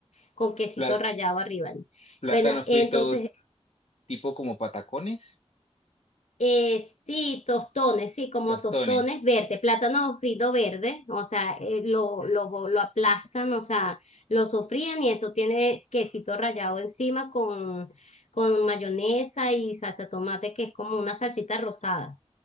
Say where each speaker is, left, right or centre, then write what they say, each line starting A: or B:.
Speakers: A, on the left; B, on the left.
A: con quesito
B: Pla-
A: rallado arriba. ¿no?
B: plátano
A: Bueno,
B: frito
A: entonces,
B: tipo como patacones.
A: eh, sí, tostones, sí, como
B: Tostones.
A: tostones verde, plátano frito verde, o sea, eh, lo, lo, lo aplastan, o sea, lo sofrían y eso tiene quesito rallado encima con, con mayonesa y salsa de tomate, que es como una salsita rosada.